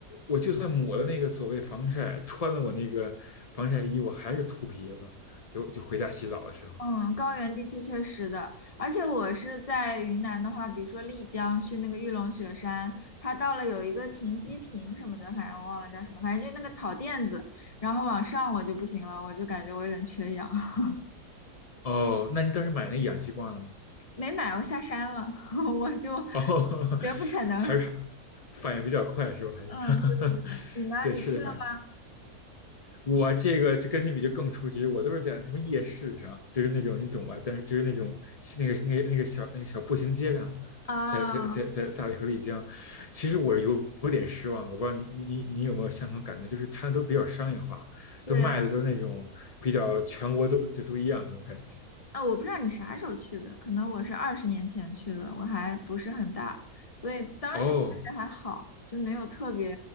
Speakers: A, on the left; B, on the left.
A: 我就算抹了那个所谓防晒，穿了我那个防晒衣，我还是秃皮子，就就回家洗澡的时候。
B: 嗯，高原地区确实的，而且我是在云南的话，比如说丽江去那个玉龙雪山，它到了有一个停机坪什么的，
A: 嗯
B: 反正我忘了叫什么，反正就那个草垫子，然后往上我就不行了，我就感觉我有点缺氧，<laughs>
A: 哦，那你当时买那个氧气罐了吗？
B: 没买，我下山了，<laughs> 我就
A: 哦，<laughs>
B: 绝不可能。
A: 还是
B: <laughs>
A: 反应比较快是吧？还是
B: 嗯，
A: <laughs>
B: 对对对，你呢？
A: 对，
B: 你去了吗？
A: 是的，反应。我这个就跟你比就更初级，我都是在什么夜市上，就是那种你懂吧？但是就是那种那个那个那个小那个小步行街上，
B: 啊，
A: 在在在在大理和丽江，其实我有有点失望的。我不知道你你你你有没有相同感觉，就是它都比较商业化，
B: 对。
A: 都卖的都是那种比较全国都就都一样那种感觉。
B: 啊，我不知道你啥时候去的，可能我是二十年前去的，我还不是很大，所以当时确实还好，
A: 哦，
B: 就没有特别，